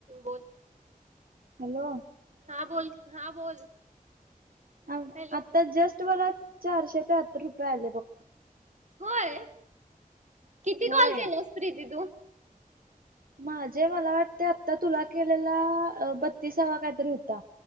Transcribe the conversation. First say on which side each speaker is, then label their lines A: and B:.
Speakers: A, on the right; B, on the right.
A: बत
B: हॅलो
A: हा बोल हा बोल
B: अ
A: हॅलो
B: आता जस्ट बर चारशे तेहत्तर रुपये आले बघ
A: होय किती
B: होय
A: कॉल केलास प्रीती तू
B: माझे मला वाटतंय तुला केलेला बत्तीसावा काहीतरी होता